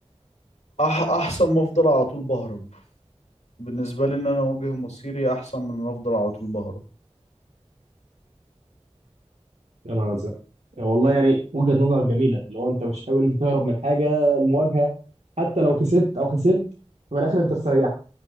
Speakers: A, on the left; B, on the right.
A: أح احسن ما افضل على طول بهرب بالنسبه لي ان انا اواجه مصيري احسن من ان افضل على طول بهرب
B: يا نهار ازرق والله يعني وجهة نظر جميلة لو انت مش حابب انت تهرب من حاجة المواجهة حتى لو كسبت او خسرت في الاخر انت استريحت